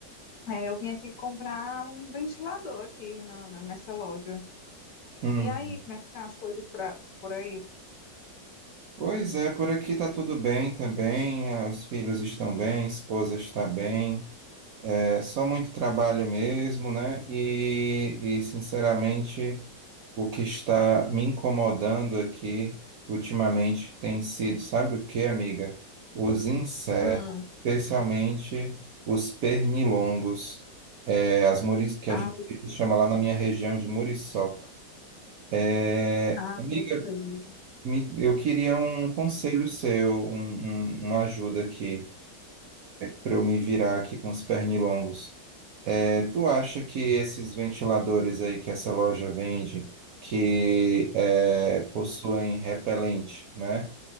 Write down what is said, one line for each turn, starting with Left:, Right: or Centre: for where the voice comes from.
Left: É, eu vim aqui comprar um ventilador aqui na, na- nessa loja.
Right: Uhum.
Left: E aí, como é que tá as coisas pra, por aí?
Right: Pois é, por aqui tá tudo bem também, ah, os filhos estão bem, a esposa está bem. É só muito trabalho mesmo, né? E, e, sinceramente, o que está me incomodando aqui ultimamente tem sido, sabe o que, amiga? Os insetos,
Left: Hum,
Right: especialmente os pernilongos, é, as muris, que
Left: ah,
Right: a gente chama lá na minha região de muriçoca. É,
Left: ah,
Right: amiga,
Left: não sei.
Right: me- eu queria um conselho seu, um- um- uma ajuda aqui, para eu me virar aqui com os pernilongos. Tu acha que esses ventiladores aí que essa loja vende, que é, possuem repelente, né,